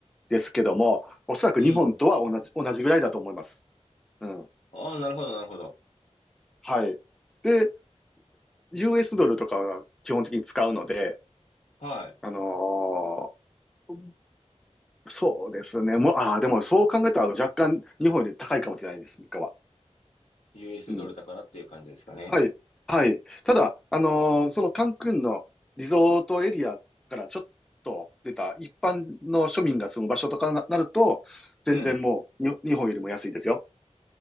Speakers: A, in the centre; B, on the left (about 70°).
A: ですけども、おそらく日本とは同じ、
B: い。うん。
A: 同じぐらいだと思います。うん。
B: ああ、なるほど、なるほど。
A: はい。で、US ドルとかは基本的に使うので、
B: は
A: あのーそうですね。もう、ああ、でもそう考えたら若干日本より高いかもしれないです、3かは。
B: い。US
A: うん。
B: ドルだからっていう感じですかね。
A: はい。はい。ただ、あのーそのカンクンのリゾートエリアからちょっと出た一般の庶民が住む場所とかな、なると、全然もうに日本よりも安いですよ。
B: うん。